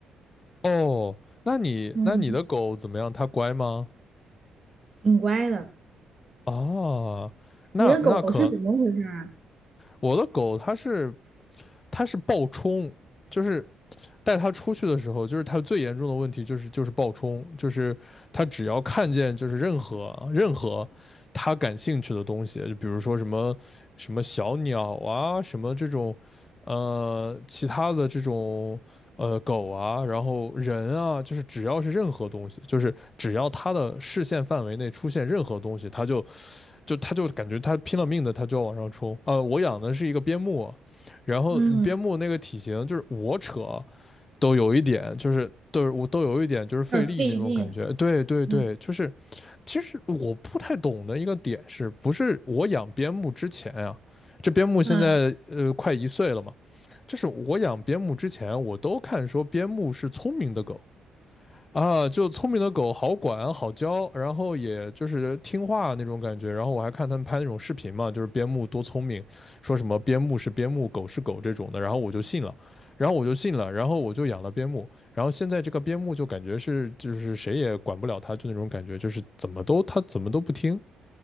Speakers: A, on the left; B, on the right.
A: 哦，那你那你的狗怎么样？
B: 嗯，
A: 它乖吗？
B: 挺乖的。
A: 啊，那那可
B: 你的狗是怎么回事啊？
A: 我的狗它是它是暴冲，就是带它出去的时候，就是它最严重的问题就是就是暴冲，就是它只要看见就是任何任何它感兴趣的东西，就比如说什么什么小鸟啊，什么这种呃其他的这种呃狗啊，然后人啊，就是只要是任何东西，就是只要它的视线范围内出现任何东西，它就就他就感觉他拼了命的，他就要往上冲。呃，我养的是一个边牧，然后边牧那个体型就是我扯
B: 嗯，
A: 都有一点，就是都我都有一点就是费力那种感觉。
B: 有点费劲，
A: 对对对，
B: 嗯
A: 就是其实我不太懂的一个点是不是我养边牧之前啊，这边牧现在呃快一岁了嘛，
B: 啊，
A: 就是我养边牧之前，我都看说边牧是聪明的狗，啊，就聪明的狗好管好教，然后也就是听话那种感觉。然后我还看他们拍那种视频嘛，就是边牧多聪明，说什么边牧是边牧，狗是狗这种的，然后我就信了，然后我就信了，然后我就养了边牧，然后现在这个边牧就感觉是就是谁也管不了它，就那种感觉，就是怎么都它怎么都不听。